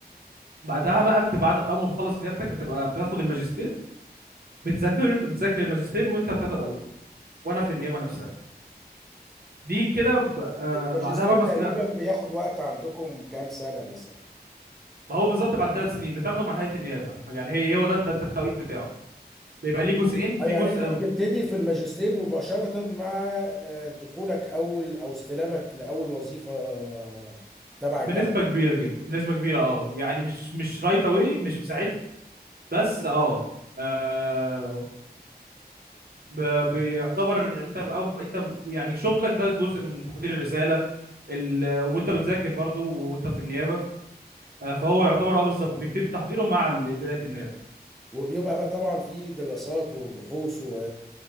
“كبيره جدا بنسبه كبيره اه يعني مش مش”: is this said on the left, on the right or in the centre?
Right